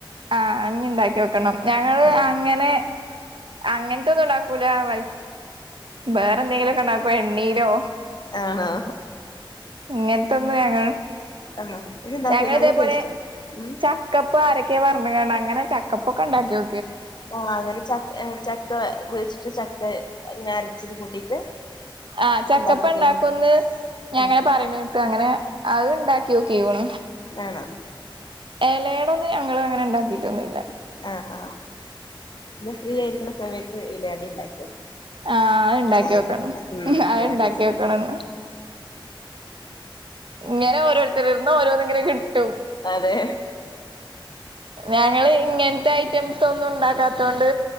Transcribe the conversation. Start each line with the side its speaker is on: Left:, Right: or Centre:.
Right: ആഹ അഞ് ഉണ്ടാക്കി നോക്കണം ഞങ്ങള്
Left: ആഹ്
Right: അങ്ങനെ അങ്ങനത്തെ ഒന്നും ഉണ്ടാക്കൂ മ വേറെ എന്തെങ്കിലുമ ഒക്കെ ഉണ്ടപ്പ എണ്ണയിലോ
Left: ആണോ
Right: ഇങ്ങനത്തൊന്നു ഞങ്ങൾ
Left: ആഹ് ഇത്ണ്ടാക്കി
Right: ഞങ്ങള്തേപോലെ
Left: നല്ല ടേസ്റ്റാ ഉം
Right: ചക്കപ്പ ആരെക്കെ പർഞ്ഞ്ക്കാണ്ട് അങ്ങനെ ചക്കപ്പൊക്കെണ്ടാക്ക്യോ
Left: ആഹ് അങ്ങനെ ച ചക്ക ത് വെച്ചിട്ട് ചക്ക അങ്ങനെ അരച്ചത് കൂട്ടിട്ട്
Right: ആഹ് ചക്കപ്പണ്ടാക്കൊന്ന്
Left: ഉണ്ടാക്കി കഴിഞ്ഞു
Right: ഞാങ്ങനെ
Left: ആഹ്
Right: പറിണേട്ടു അങ്ങനെ അത് ണ്ടാക്ക്യോക്കിക്ക്ണ്.
Left: ആണോ
Right: എലയടൊന്നും ഞങ്ങളു അങ്ങനെണ്ടാക്കിട്ടൊന്നുല്ല.
Left: ആഹ് എന്ന ഫ്രീയായിരിക്ക്ണ സമയത്ത് ഇലയാടിണ്ടാക്ക്യോ
Right: ആഹ് അത് ഇണ്ടാക്കി
Left: ചായക്ക
Right: നോക്കണം
Left: <unintelligible> ഉം
Right: അത്
Left: നല്ല
Right: ഇണ്ടാക്കി
Left: ടേസ്റ്റ്
Right: നോക്കണം
Left: ണ്ട്.
Right: ഇങ്ങനെ ഓരോര്ത്തരേന്ന് ഓരോന്ന്ങ്ങനെ കി ട്ടും
Left: അതെ
Right: ഞങ്ങളിങ്ങൻത്തയ് റ്റംസൊന്നുണ്ടാക്കാതൊണ്ട്